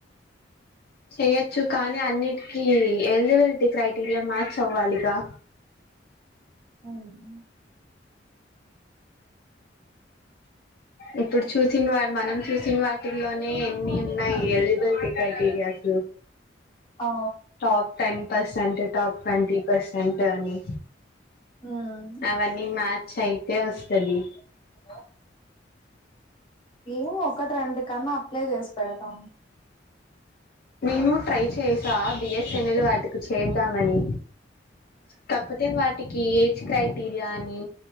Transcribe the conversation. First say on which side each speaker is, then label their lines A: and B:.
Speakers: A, on the left (about 55°); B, on the left (about 30°).
A: చెయొచ్చు కానీ అన్నిటికీ ఎలిజిబిలిటీ క్రైటీరియా మ్యాచ్ అవ్వాలిగా
B: ఉమ్
A: ఇప్పుడు చూసిన వా మనం చూసిన వాటిల్లోనే ఎన్ని ఉన్నాయి ఎలిజిబిలిటీ క్రైటీరియాస్
B: ఆ
A: top ten percent top twenty percent అని
B: మ్మ్.
A: అవన్ని మ్యా చైతే వస్తది
B: హలో ఏవో ఒకటి రెండు కన్నా అప్లై చేసి పెడతాం
A: నేను ట్రై చేసా బి ఎస్ ఎన్ ఎల్ వాటికి చేద్దామని తప్పితే వాట్ టికి ఏజ్ క్రైటీరియా అని